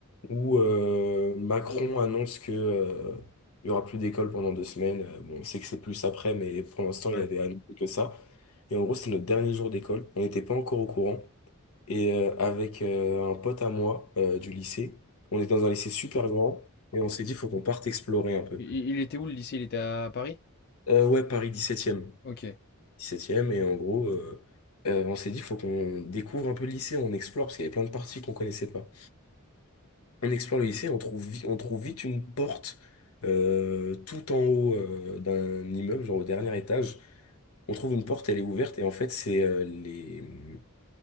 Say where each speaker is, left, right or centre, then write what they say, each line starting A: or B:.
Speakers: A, on the left; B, on the left.
A: où euh, Macron annonce que euh, il y aura plus d'école pendant deux semaines. Euh, Bon, on sait que c'est plus après, mais pour l'instant,
B: Ouais.
A: il avait annoncé que ça. Et en gros, c'était notre dernier jour d'école. On n'était pas encore au courant. Et euh, avec euh, un pote à moi euh, du lycée, on est dans un lycée super grand et on s'est dit, faut qu'on parte explorer un peu.
B: i- Il, était où le lycée? Il était à Paris?
A: Euh, ouais, Paris 17e.
B: Ok.
A: 17e, et en gros, euh, euh, on s'est dit, faut qu'on découvre un peu le lycée, on explore, parce qu'il y avait plein de parties qu'on connaissait pas. On explore le lycée, on trouve, vi- on trouve vite une porte euh, tout en haut euh, d'un immeuble, genre au dernier étage. On trouve une porte, elle est ouverte, et en fait, c'est euh, les,